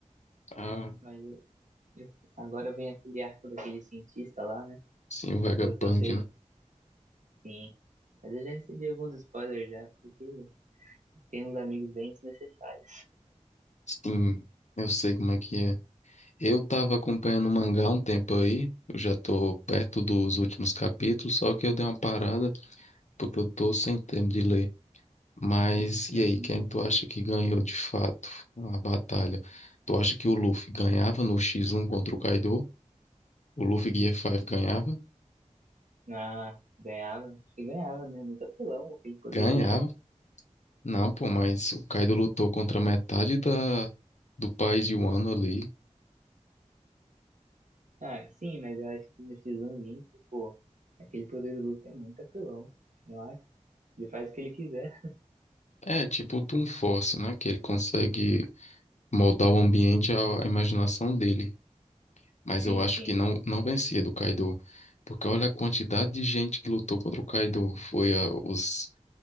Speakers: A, on the left (about 65°); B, on the right (about 75°).
A: Ah,
B: mas eu- eu- agora vem aquele arco daquele cientista lá, né?
A: sim, o Vegapunk,
B: Pelo que eu sei.
A: né?
B: Sim. Mas eu já recebi alguns spoilers já, porque tem uns amigos bem desnecessários.
A: Sim, eu sei como é que é. Eu estava acompanhando o mangá há um tempo aí, eu já estou perto dos últimos capítulos, só que eu dei uma parada porque eu estou sem tempo de ler. Mas e
B: Uhum.
A: aí, quem tu acha que ganhou de fato a batalha? Tu acha que o Luffy ganhava no X1 contra o Kaido? O Luffy Gear 5 ganhava?
B: Ah, ganhava. Acho que ganhava, né? Muito apelão aquele poder
A: Ganhava?
B: dele.
A: Não, pô, mas o Kaido lutou contra metade da do país de Wano ali.
B: Ah, sim, mas eu acho que no X1 limpo, pô, aquele poder do Luffy é muito apelão. Não acho, ele faz o que ele quiser.
A: É, tipo o Toon Force, né? Que ele consegue moldar o ambiente à imaginação dele. Mas
B: Sim,
A: eu acho
B: sim.
A: que não, não vencia do Kaido. Porque olha a quantidade de gente que lutou contra o Kaido. Foi ah, os,